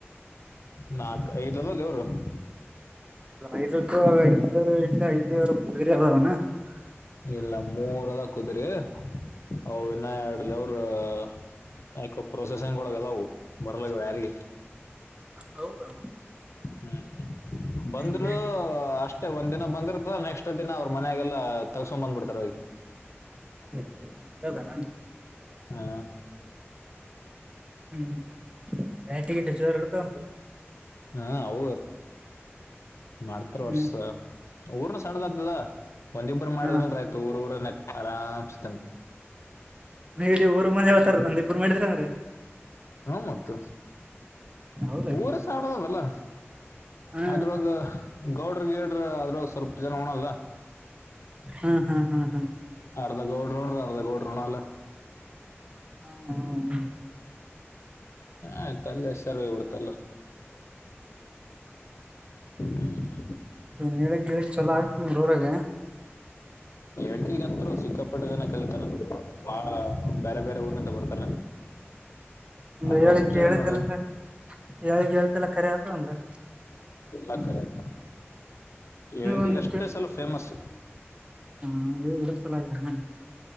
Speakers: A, on the left (about 80°); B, on the right (about 25°).
A: ನಾಕ ಐದ ಅದವ ದೇವರು -
B: ಐಕ್ಕೂ ಐದ್ವರು ಇಟ್ಟ ಐದವರು ಬರಿ ಅದ ಅವನ <unintelligible> <inaudible>
A: ಇಲ್ಲ ಮೂರ್ ಅದ ಕುದ್ರಿ, ಅ ಇನ್ನ ಎರಡದೇವರ ಅವ್ರ ಯಕ ಪ್ರೊಸೆಸಿಂಗ್ ಒಳಗದವು ಬರಲಹಾಗವಯಾರಿಗಿ.
B: ಹೌದಾ,.
A: ಹ್ಮ್, ಬಂದರೂಅಷ್ಟ,
B: ಹೆಂಗ್ ಬ್ಯಾಟಿ
A: ಮತ್ತೆ ಒಂದ್ ದಿನ ಬಂದಿರ್ತದ ನೆಕ್ಸ್ಟ್ ದಿನ ಅವ್ರ ಮನೆಗೆಲ್ಲಾ ತಗ ಸಂಬಂಧ ಬಿಡ್ತಾರ ಹೋಗಿ.
B: ಹಂಗದಾನ
A: ಹಾ,
B: ಹ್ಮ್ <unintelligible> <inaudible> ನೈಟ ಗಿಟ್ಟ ಜೋರ ಇರ್ತವು - <unintelligible>
A: ಹಾ ಹೌ, ಮಾಡ್ತಾರ
B: ಹ್ಮ್
A: ವರ್ಷ ಊರ್ನ ಸಣ್ಣದಾಕ್ತದ - ಒಂದಿಬ್ರು ಮಾಡಿದ್ರಂಗ
B: ಹಾ
A: ಆ್ತ ಊ ಊರ - ಆರಾಮಸ ತಂತಿ
B: ನೀಡಿ ಊರ್ ಮುಂದೆ ಹಾವತಾರ ನಂದ ಇಬ್ರು ಮಾಡಿದ್ರ ಅಂದ್ರ
A: ಹ್ಮ ಮತ್ತ
B: ಹೌದಾ
A: ಊರ ಸನಾದದಲ್ಲ
B: ಹಾ
A: ಅದ್ರೊಗ ಗೌಡ್ರ ಗೇಡ್ರ ಅದ್ರಾಗ ಸ್ವಲ್ಪ ಜನ ಉಣಲ್ಲ
B: ಹಾ ಹಾ ಹಾ ಹಾ
A: ಅರಧಗೋಡ್ ರೊಡ ಅರದಗೋಡ್ ಪ್ರೊಣಲ್
B: ಹಾ ಹ
A: ಆಯ್ತ ಅಲ್ಲ ಸರ್ ಕೊಡ್ತಲ್ಲ ಹ
B: ಹ ಹೇಳಗ್ಳ ಚಲೋ ಆ ಹ ರೂರಾಗ
A: ಳ್ಕಗಂತರು ಸಿಕ್ಕಾಪಟ್ಟ ಜನ ಕಲಿತಾರ ಆ ಬೇರೆ ಬೇರೆ ಊರ್ನಂತ ಬರ್ತಾರ
B: ಒಂದ್ರ
A: ಅದು
B: ಹೇಳಕ್ಕೆ
A: ಒಂದ್ ಚಲೋ
B: ಹೇಳ್ದಲ್
A: ನೋಡು
B: ಹೇಳಳ್ಗೆ ಹೇಳ್ದೆಲ್ಲ ಕರೆ ಆತ ಅಂದ್ರೆ
A: ಅಂಗ ಲೆಕ್ಕ ಎಲ್ದೇ
B: ಒಂದ್
A: ಅಷ್ಟೇ ಸಲ ಫೇಮಸ್.
B: ಹಾ ಇದ್ರ ಸಲಾಗಿಯೆ.